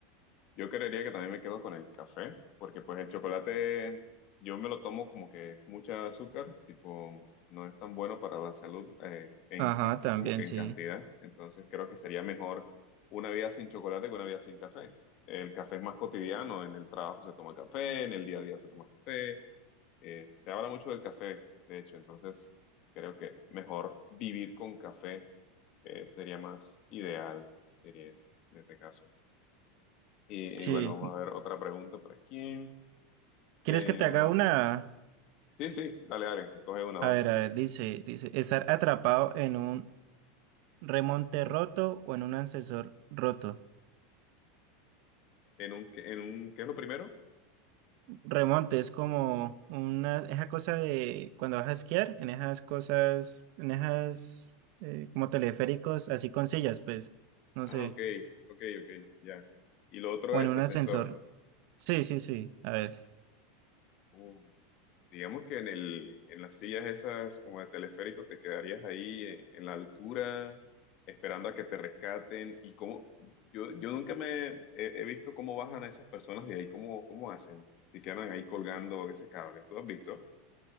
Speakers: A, on the left; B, on the right.
A: Yo creería que también me quedo con el café, porque pues el chocolate yo me lo tomo como que mucha azúcar, tipo no es tan bueno para la salud, eh, en,
B: Ajá,
A: así
B: también,
A: como que en
B: sí.
A: cantidad. Entonces creo que sería mejor una vida sin chocolate que una vida sin café. El café es más cotidiano, en el trabajo se toma café, en el día a día se toma café, eh, se habla mucho del café, de hecho, entonces creo que mejor vivir con café eh, sería más ideal, diría, en este caso. Y,
B: Sí.
A: y bueno, vamos a ver otra pregunta por aquí.
B: ¿Quieres
A: Eh,
B: que te haga una?
A: sí, sí, dale, dale, coge una, va.
B: A ver, a ver, dice, dice, estar atrapado en un remonte roto o en un ascensor roto.
A: ¿En un, qué- en un, qué es lo primero?
B: Remonte es como una, esa cosa de cuando vas a esquiar, en esas cosas, en esas eh, como teleféricos, así con sillas, pues, no
A: Ah,
B: sé,
A: ok, ok, ok, ya. Y lo otro
B: o en
A: es
B: un
A: ascensor.
B: ascensor. Sí, sí, sí, a ver.
A: Uh, digamos que en el, en las sillas esas como de teleférico te quedarías ahí eh, en la altura esperando a que te rescaten. Y cómo, yo, yo nunca me he, he visto cómo bajan a esas personas de ahí, cómo, cómo hacen, si quedan ahí colgando ese cable. ¿Tú has visto?